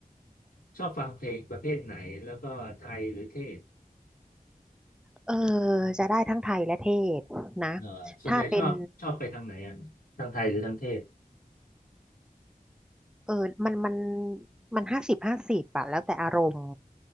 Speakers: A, on the left; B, in the centre.
A: ชอบฟังเพลงประเภทไหนแล้วก็ไทยหรือเทศ
B: เออจะได้ทั้งไทยและเทศนะ
A: เอ่อส่วนใหญ่ชอบชอบไปทางไหนอ่ะทางไทยหรือทางเทศ
B: ถ้าเป็นเออมันมันมันห้าสิบห้าสิบอะแล้วแต่อารมณ์